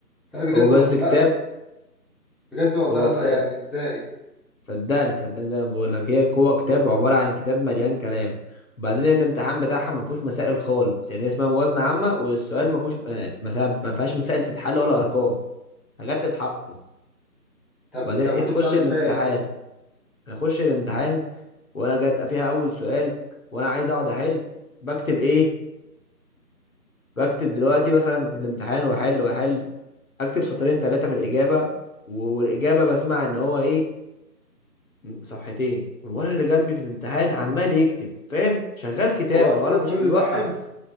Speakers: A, in the centre; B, on the left.
A: لا بجد
B: هو بس
A: وال-
B: كتاب
A: لا بجد والله
B: هو
A: لا
B: كتاب
A: يعني ازاي
B: صدقني صدقني زي ما بقول لك هي هو كتاب عباره عن كتاب مليان كلام وبعدين الامتحان بتاعها ما فيهوش مسائل خالص يعني اسمها موازنه عامه والسؤال ما فيهوش آه، مسائل ما فيهاش مسائل تتحل ولا ارقام حاجات تتحفظ
A: طب
B: وبعدين
A: انت كنت
B: تخش
A: بتعمل
B: الامتحان
A: فيها ايه
B: اخش الامتحان وانا جات فيها اول سؤال وانا عايز اقعد احل بكتب ايه بكتب دلوقتي مثلا في الامتحان واحل واحل اكتب سطرين ثلاثه في الاجابه و- والاجابه بسمع ان هو ايه م- صفحتين والولد اللي جنبي في الامتحان عمال يكتب فاهم شغال كتابة
A: هو
B: الولد
A: كل كل
B: مش بيوقف
A: ده حفظ